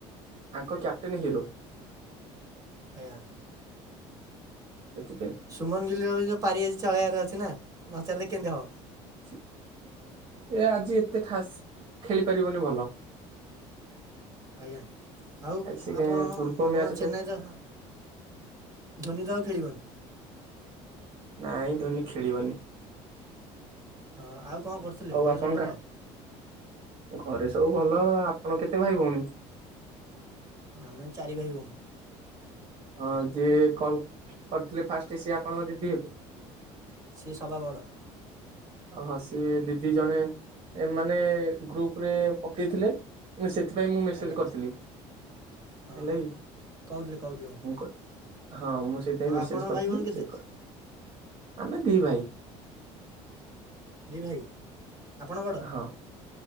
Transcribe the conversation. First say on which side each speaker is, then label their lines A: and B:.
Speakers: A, on the right (about 45°); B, on the right (about 25°).
A: ଆଙ୍କ କ୍ୟାପଟେନ୍ ହିରୋ।
B: ଆଜ୍ଞା।
A: ଏଥିପାଇଁ
B: ସୁମନ ଗିଲ୍ ର ଯୋଉ ପାରି ଆଜି ଚଳେଇବାର ଅଛି ନା। ନ ଚାଲିଲେ କେମିତି ହବ?
A: ଚି ଏ ଆଜି ଏତେ ଖାସ୍ ଖେଳିପାରିବନି ଭଲ।
B: ଆଜ୍ଞା ଆଉ
A: ଆ ସେ
B: ଆପଣ
A: ପୂର୍ବ
B: ଆପଣ
A: ମ୍ୟାଚ
B: ଚେନ୍ନାଇତ
A: ଟା
B: ଧୋନି ତ ଆଉ ଖେଳିବନି।
A: ନାଇଁ ଧୋନି ଖେଳିବନି।
B: ହଁ ଆଉ କଣ କରୁଥିଲେ
A: ଆଉ
B: ଘରେ
A: ଆପଣଙ୍କ
B: ସବୁ ଭଲ?
A: ଘରେ ସବୁ ଭଲ। ଆପଣ କେତେ ଭାଇ ଭଉଣୀ?
B: ଆମେ ଚାରି ଭାଇ ଭଉଣୀ।
A: ହଁ ଯିଏ କଲ କରିଥିଲେ ଫାଷ୍ଟ ସିଏ ଆପଣଙ୍କ ଦିଦି ହେବେ?
B: ସିଏ ସବା ବଡ।
A: ଓହୋ ସେ ଦିଦି ଜଣେ ଏମାନେ ଗ୍ରୁପରେ ପକେଇଥିଲେ ନେସେ ସେଥିପାଇଁ ମୁଁ ମେସେଜ
B: ଆଜ୍ଞା
A: କରିଥିଲି
B: ହଁ
A: ହେଲାକି
B: ହଁ କହୁଥିଲେ କହୁଥିଲେ ମୋତେ
A: ମୁଁ କ ହଁ ମୁଁ ସେଇଥିପାଇଁ
B: ଆଉ
A: ମେସେଜ
B: ଆପଣଙ୍କ
A: କରିଥିଲି
B: ଭାଇ ଭଉଣୀ କେତେ?
A: ଚେକ୍ କର ଆମେ ଦି ଭାଇ।
B: ଦି ଭାଇ? ଆପଣ ବଡ଼?
A: ହଁ